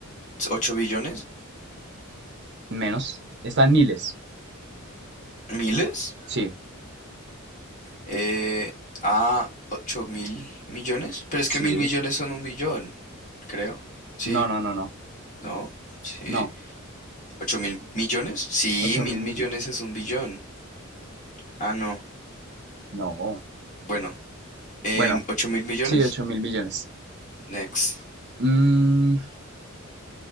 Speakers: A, on the left; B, on the right.
A: 8 billones,
B: Menos. Están miles.
A: miles.
B: Sí.
A: eh, a ocho mil millones. Pero es
B: Sí.
A: que mil millones son un billón, creo. Sí,
B: No, no, no, no.
A: ¿no? Sí.
B: No.
A: ocho mil millones? Sí,
B: Ocho
A: mil
B: mil millones.
A: millones es un billón. Ah, no.
B: No.
A: Bueno, eh,
B: Bueno,
A: 8 mil millones.
B: sí, ocho mil millones.
A: Next.
B: Mm,